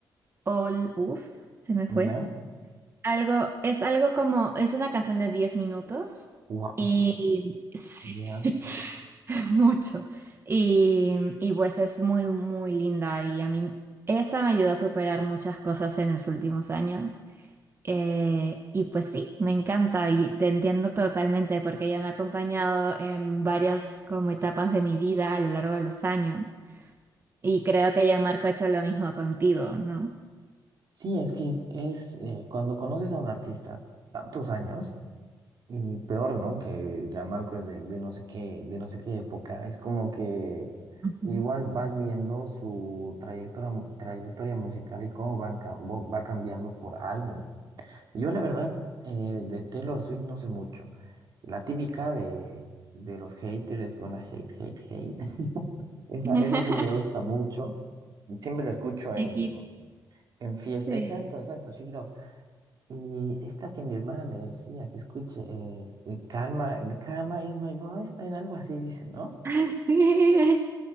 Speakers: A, on the right (about 30°); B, on the right (about 60°).
A: All, uff, se me fue.
B: ya.
A: Algo, es algo como, es una canción de 10 minutos
B: Guau,
A: y sí,
B: Ya.
A: <laughs> mucho. Y, y pues es muy, muy linda y a mí esa me ayudó a superar muchas cosas en los últimos años. Eh, y pues sí, me encanta y te entiendo totalmente porque ella me ha acompañado en varias como etapas de mi vida a lo largo de los años. Y creo que ya Marco ha hecho lo mismo contigo, ¿no?
B: Sí, es que es, es, eh, cuando conoces a un artista tantos años. Y peor, ¿no? Que ya Marco es de, de no sé qué, de no sé qué época. Es como que
A: Ujú.
B: igual vas viendo su trayectoria, mu- trayectoria musical y cómo van, cam- vo- va cambiando por álbum. Yo la verdad, eh, de Taylor Swift no sé mucho. La típica de, de los haters, gonna hate, hate, hate. <laughs> Esa,
A: <laughs>
B: esa sí me gusta mucho. Siempre la escucho en,
A: Te
B: en fiesta.
A: Sí.
B: Exacto, exacto, Shake It Off. Y esta que mi hermana me decía que escuche, eh, el karma, el karma is my boyfriend, algo así dice, ¿no?
A: <laughs> Ah, Sí,